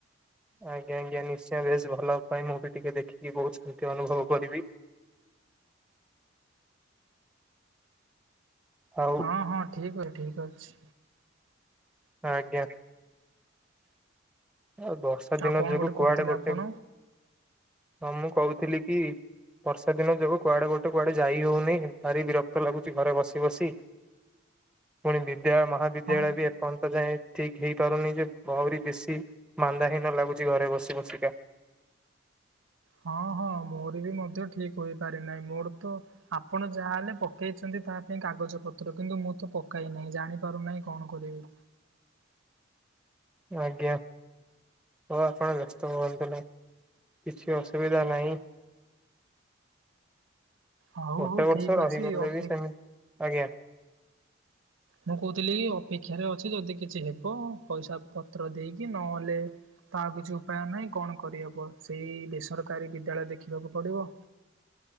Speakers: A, in the centre; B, on the right (about 85°).
A: ଆଜ୍ଞା ଆଜ୍ଞା ନିଶ୍ଚୟ ଭେ ଭଲ ପାଇଁ ମୁଁ ବି ଟିକେ ଦେଖିକି ବୋହୁତ ଶାନ୍ତି ଅନୁଭବ କରିବି। ଆଉ
B: ହଁ ହଁ ଠିକ ଅଛି ଠିକ ଅଛି।
A: ଆଜ୍ଞା ଆଉ ବର୍ଷା
B: ଆଉ
A: ଦିନ
B: କଣ
A: ଯୋଗୁ
B: ଗୋଟେ
A: କୁଆଡେ
B: କହୁଥିଲେ
A: ଗୋଟେ
B: ଆପଣ
A: ହଁ ମୁଁ କହୁଥିଲି କି ବର୍ଷା ଦିନ ଯୋଗୁ କୁଆଡେ ଗୋଟେ କୁଆଡେ ଯାଇ ହୋଉନି ଭାରି ବିରକ୍ତ ଲାଗୁଚି ଘରେ ବସି ବସି। ପୁଣି ବିଦ୍ୟା ମହାବିଦ୍ୟାଳୟ
B: ହଁ।
A: ବି ଏପର୍ଯ୍ୟନ୍ତ ଯାଏଁ ଠିକ ହେଇପାରୁନି ଯେ ଭ‌ଉଁରି ବେଶୀ ମାନ୍ଦାହୀନ ଲାଗୁଛି ଘରେ ବସି ବସିକା।
B: ହଁ ହଁ ମୋର ବି ମଧ୍ୟ ଠିକ ହୋଇପାରି ନାହିଁ ମୋର ତ ଆପଣ ଯାହାହଲେ ପକେଇଚନ୍ତି ତା ପାଇଁ କାଗଜ ପତ୍ର କିନ୍ତୁ ମୁଁ ତ ପକାଇନାହିଁ ଜାଣିପାରୁନାହିଁ କଣ କରିବି।
A: ଆଜ୍ଞା। ହୋଉ ଆପଣ ବ୍ୟସ୍ତ ହୁଅନ୍ତୁ ନାହିଁ। କିଛି ଅସୁବିଧା ନାହିଁ।
B: ହଉ
A: ଗୋଟେ
B: ହଉ
A: ବର୍ଷ
B: ଠିକ
A: ରହିଗଲେ
B: ଅଛି ଅପେ
A: ବି ସେମିତି ଆଜ୍ଞା।
B: ମୁଁ କୋହୁଥିଲି ଅପେକ୍ଷାରେ ଅଛି ଯଦି କିଛି ହେବ ପଇସା ପତ୍ର ଦେଇକି ନହେଲେ ଆଉ କିଛି ଉପାୟ ନାହିଁ କଣ କରିହେବ ସେଇ ବେସରକାରୀ ବିଦ୍ୟାଳୟ ଦେଖିବାକୁ ପଡ଼ିବ।